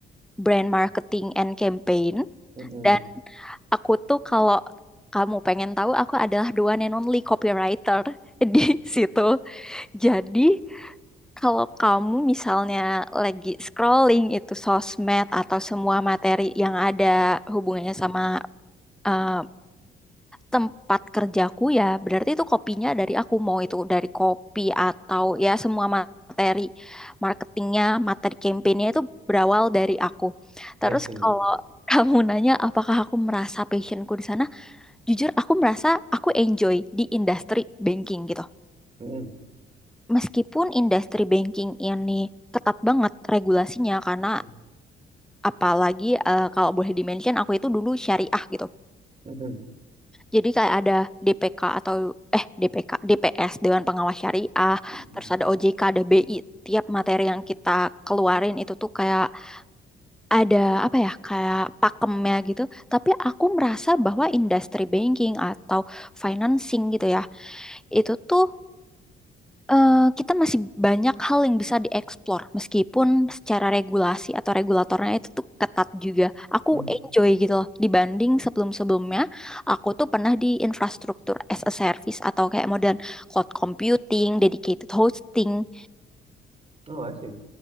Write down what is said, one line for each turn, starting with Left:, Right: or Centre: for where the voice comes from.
Centre: brand marketing and campaign
Right: mm-mm,
Centre: dan aku tuh kalau kamu pengen tahu aku adalah the one and only copywriter <laughs> di situ. Jadi kalau kamu misalnya lagi scrolling itu sosmed atau semua materi yang ada hubungannya
Right: mm-mm.
Centre: sama eh, tempat kerjaku ya berarti itu kopinya dari aku mau itu dari kopi atau ya semua materi marketingnya materi campaignnya itu berawal dari aku
Right: I
Centre: terus
Right: see.
Centre: kalau <laughs> kamu nanya apakah aku merasa passionku di sana jujur aku merasa aku enjoy di industri banking gitu
Right: Mm-mm,
Centre: meskipun industri banking ini ketat banget regulasinya karena
Right: mm,
Centre: apalagi eh, kalau boleh di-mention aku itu dulu syariah gitu
Right: mm-mm,
Centre: Jadi kayak ada DPK atau eh DPK, DPS Dewan Pengawas Syariah,
Right: mm-mm,
Centre: terus ada OJK, ada BI. Tiap materi yang kita keluarin itu tuh kayak ada apa ya, kayak pakemnya gitu. Tapi aku merasa bahwa industri banking atau financing gitu ya, itu tuh eh, kita masih banyak hal yang bisa dieksplor meskipun secara regulasi atau regulatornya itu tuh ketat juga. Aku
Right: mm.
Centre: enjoy gitu loh dibanding sebelum-sebelumnya aku tuh pernah di infrastruktur as a service atau kayak modern cloud computing, dedicated hosting.
Right: Oh, I see.